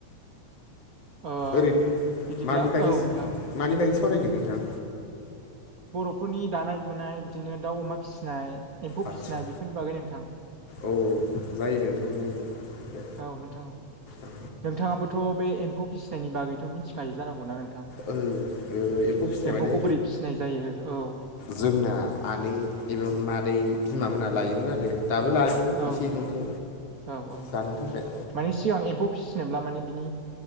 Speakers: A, on the right; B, on the left.
A: ओ
B: ओरैनो
A: बिदिब्ला
B: मानि बागै
A: औ
B: सा
A: नोंथां
B: मानि बागै सावरायनो नोंथां?
A: बर'फोरनि दानाय लुनाय बिदिनो दाउ अमा फिसिनाय एम्फौ
B: आदसा
A: फिसिनाय बेफोरनि बागै नोंथां।
B: औ जायो नोंथां जायो। दे
A: औ नोंथां
B: औ
A: नोंथाङाबोथ' बे एम्फौ फिसिनायनि बागैथ' मिथिखायो जानांगौ ना नोंथां? थां
B: ओ एम्फौ फिसिनाय
A: एम्फौखौ
B: माने
A: बोरै फिसिनाय जायो औ।
B: जोंना आनै एबा मादै बिमा मोना लायोमोन आरो दाबो लादों।
A: औ
B: एसे
A: नोंथां
B: एनैखौ
A: औ औ
B: जानो थाखाय
A: माने सिगां एम्फौ फिसिनोब्ला माने बिनि